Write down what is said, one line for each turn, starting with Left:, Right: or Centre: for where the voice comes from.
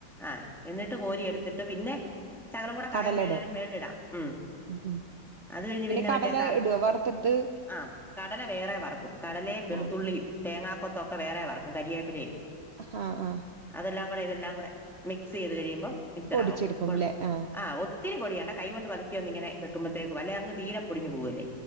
Centre: ആഹ് എന്നിട്ട് കോരി എടുത്തിട്ട് പിന്നെ സകല കടെ കായ
Right: കടല
Centre: മേന
Right: ഇടും
Centre: മേിൽിടാം ഉം
Right: ഉം ഉം
Centre: അത് കഴിഞ്ഞ് പിന്നെ
Right: കടല
Centre: മറ്റേ
Right: ഇടുവോ വറുത്തിട്ട്
Centre: ആ കടല വേറെ വറക്കും കടലയും വെളുത്തുള്ളി
Right: ആഹ്
Centre: പി തങ്ങാൊ കൊത്ത്ഒക്കെ വേറെ വർക്കും കരിയേപ്പിലൽ
Right: ആഹ ആഹ
Centre: അതെല്ലാം കൂടെ ഇതെല്ലാം കൂടെ മിക്സ് ചെയ്ത് കഴിയുമ്പം മിക്സർ
Right: പൊടിച്ചെടുക്കും
Centre: ആാവും കൊഴ
Right: ല്ലേ ആഹ്
Centre: ആ ഒത്തിരി പൊടിയണ്ട കൈ കൊണ്ട് വതുക്കുവന്ന ഇങ്ങനെക്കുമ്പഴേും അങ് തീരെൊടിുഞ് പോവല്ലേ